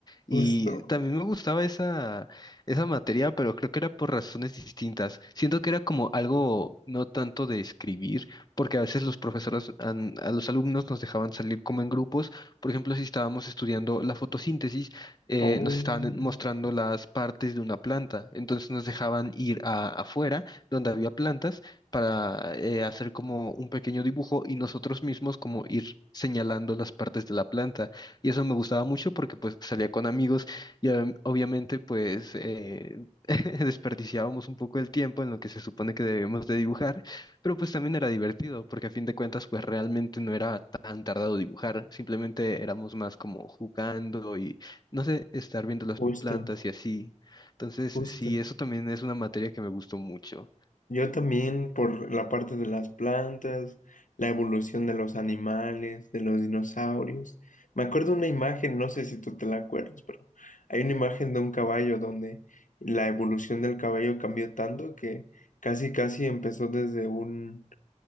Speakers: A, on the left; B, on the left.
A: Y
B: justo.
A: también me gustaba esa, esa materia, pero creo que era por razones distintas. Siento que era como algo no tanto de escribir, porque a veces los profesores an- a los alumnos nos dejaban salir como en grupos. Por ejemplo, si estábamos estudiando la fotosíntesis, eh,
B: Oh,
A: nos estaban mostrando las partes de una planta. Entonces nos dejaban ir a- afuera, donde había plantas, para eh, hacer como un pequeño dibujo y nosotros mismos como ir señalando las partes de la planta. Y eso me gustaba mucho porque pues salía con amigos y ob- obviamente pues eh, <laughs> desperdiciábamos un poco el tiempo en lo que se supone que debemos de dibujar, pero pues también era divertido porque a fin de cuentas pues realmente no era tan tardado dibujar, simplemente éramos más como jugando y no sé, estar viendo las
B: justo,
A: plantas y así. Entonces
B: justo.
A: sí, eso también es una materia que me gustó mucho.
B: Yo también por la parte de las plantas, la evolución de los animales, de los dinosaurios. Me acuerdo una imagen, no sé si tú te la acuerdas, pero hay una imagen de un caballo donde la evolución del caballo cambió tanto que casi casi empezó desde un,